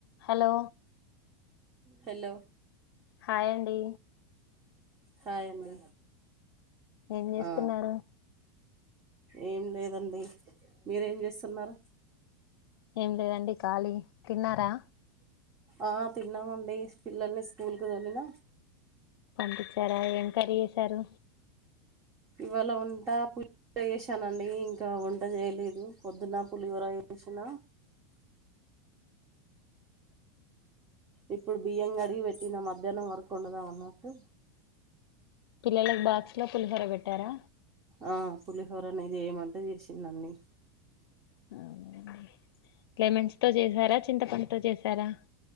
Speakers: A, on the left (about 80°); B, on the right (about 20°).
A: హలో
B: హలో
A: హాయ్ అండి
B: హాయ్ అండి
A: ఏం చేస్తున్నారు
B: ఆ ఏం లేదండి మీరేం చేస్తున్నారు
A: ఏం లేదండి ఖాళీ తిన్నారా
B: ఆ తిన్నామండి పిల్లల్ని స్కూల్కి తోలిన
A: పంపించారా ఏం కర్రి చేశారు
B: ఇవాళ వంట పు ర చేసానండి ఇంకా వంట చేయలేదు పొద్దున పులిహోర చేసిన ఇప్పుడు బియ్యం అడిగి పెట్టిన మధ్యాహ్నం వరకు వండుదాం అన్నట్టు
A: పిల్లలకు బాక్స్ లో పులిహోర పెట్టారా
B: ఆ పులిహోరనే చేయమంటే చేసిండండి
A: అవున అండి లెమన్స్ తో చేసారా చింతపండుతో చేసారా అండి